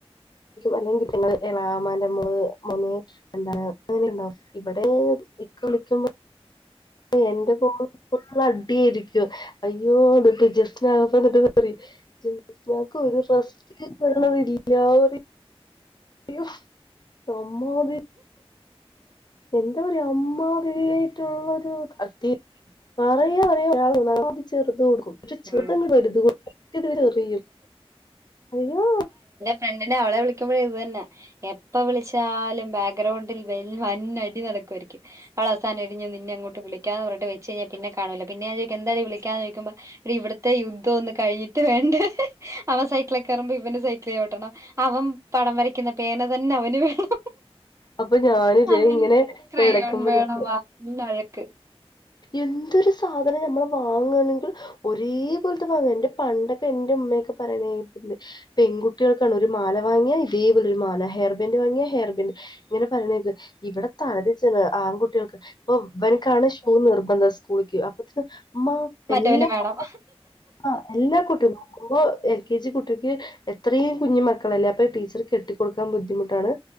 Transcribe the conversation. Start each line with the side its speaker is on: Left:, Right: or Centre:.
Left: അല്ലെങ്കി നിങ്ങള് എളാമാന്റെ മോള്അങ്ങനെണ്ടാവും ഇവിടെ ഇക്ക വിളിക്കുമ്പോ എന്റെ പോ ള് അടിയ്രിക്കുംഅയ്യോ <unintelligible> ക്കൊ <unintelligible> റസ്റ്റ്ന്ന് പറിണത് ഇല്ലാ തി അയ്യോ റൊമ്മാതി എന്താ പറയാ അമ്മാതിരിയ്‌ട്ടുള്ളരു അടി പറയ പറയാ ചെറ് തൊ കുട്ടിന്റെ
Right: ഉം
Left: <unintelligible> രുതു സത്യത്തിൽ <unintelligible> റിയും അയ്യോ
Right: ഫ്രണ്ടി നെ അവളെ വിളിക്കുമ്പോഴും ഇത് തന്നെ എപ്പം വിളിച്ചാലും ബാക്ക്ഗ്രൗണ്ടിൽ വെൽ വൻ അടിനട <unintelligible> രികേ അവൾ അവസാനം ടി ഞ് നിന്നെങ്ങോട്ട് വിളിക്കാന്ന് പറഞ്ഞട്ട് വെച്ച് കയിഞ്ഞാ പിന്നെ കാണൂലാ പിന്നെ ഞാൻ ചോയ്ക്കും എന്താടീവിളിക്കാഞ്ഞേ ചോയിക്കുമ്പോ ഇവിടത്തെ യുദ്ധം ഒന്ന് കഴിഞ്ഞിട്ട് വേണ്ടേ അവൻ സൈക്കിളൊ കെയറുമ്പോ ഇവന് സൈക്കിള് ചൗട്ടണം അവ പടം വരയ്ക്കുന്ന പേന തന്നെ അവന് വേണം
Left: അപ്പൊ ഞാനില്ലേ
Right: അങ്ങനെ
Left: ഇങ്ങനെ
Right: ക്രയോൺ
Left: എടക്കുമ്പോ
Right: വേണം
Left: ഞാൻ
Right: വൻ വഴക്ക്
Left: എന്തൊരു സാധനം നമ്മൾ വാങ്ങാണെങ്കിൽ ഒരേപോലത്തെ വാങ്ങാന്റെ പണ്ടൊക്കെ ന്റെ ഉമ്മ കേ പറയുന്നേ കേൾക്കണ്ട് പെൺകുട്ടിയോൾക്കാണ് ഒര് മാല വാങ്ങ്യ ഇതേ പോലെ ഒര് മാല ഹെർബ്ന്റ് വാങ്ങിയ ഹെ ർബന്റ് ഇങ്ങനെ പറി ണേക്ക് ഇവിടെ തല തിര്ച്ചത് ആൺകുട്ടിയേൾക്ക് ഇപ്പൊ ഇവനിക്കാണ് ഷൂ നിർ എന്താ സ്കൂൾക്ക് യേ അപ്പോത്തിന്നും അമ്മ
Right: മറ്റവന്
Left: എല്ലാ
Right: വേണം
Left: മ ക്ക ളുംആ എല്ലാ കുട്ടികളും <unintelligible> മ്പോൾ കേ ജി കുട്ടിക്ക് എത്രയും കുഞ്ഞു മക്കളല്ലേ അപ്പൊ ഈ ടീച്ചർ കെട്ടിക്കൊടുക്കാൻ ബുദ്ധിമുട്ടാണ്